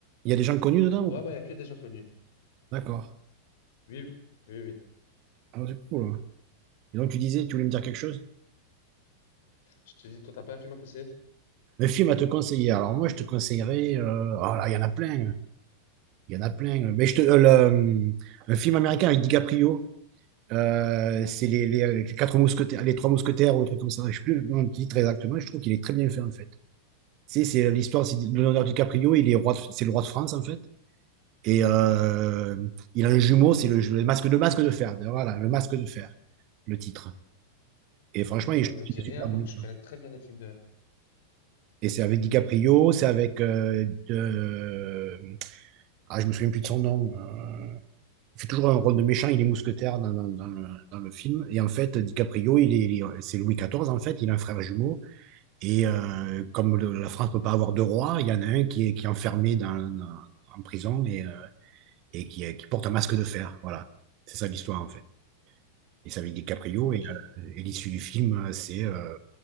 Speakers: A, on the right; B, on the left.
A: Il y a des gens connus dedans
B: Ouais,
A: ou pas
B: ouais, y a que des gens connus.
A: D'accord.
B: Oui, oui, oui.
A: Ah, c'est cool. hein. Et donc, tu disais, tu voulais me dire quelque chose?
B: Je te dis, toi, t'as pas un film à me conseiller?
A: Le film à te conseiller. Alors, moi, je te conseillerais. euh, oh là, il y en a plein. hein. Il y en a plein. Mais je te, euh, le, euh, un film américain avec DiCaprio. euh, c'est les, les- les quatre mousquetaires, les trois mousquetaires ou un truc comme ça. Je sais plus le nom du titre exactement. Je trouve qu'il est très bien fait, en fait. C'est, c'est l'histoire, c'est Leonardo DiCaprio. Il est roi, de- c'est le roi de France, en fait. Et euh, il a un jumeau, c'est le, le masque de masque de fer. Voilà, le masque de fer, le titre. Et franchement,
B: Ça
A: il je
B: me
A: trouve qu'il
B: dit
A: est
B: rien,
A: super
B: alors
A: bien.
B: que je
A: quoi.
B: connais très bien les films de.
A: Et c'est avec DiCaprio, c'est avec. euh, de- Ah, je me souviens plus de son nom. euh, Il fait toujours un rôle de méchant, il est mousquetaire dans, dans- dans le, dans le film. Et en fait, DiCaprio, il est, il est- c'est Louis XIV, en fait, il a un frère jumeau. Et euh, comme le- la France ne peut pas avoir deux rois, il y en a un qui est, qui est enfermé dans, dans- en prison et, euh, et qui, qui porte un masque de fer. Voilà, c'est ça l'histoire, en fait. Et c'est avec DiCaprio.
B: Ok,
A: Et, euh, et l'issue du film, euh, c'est euh,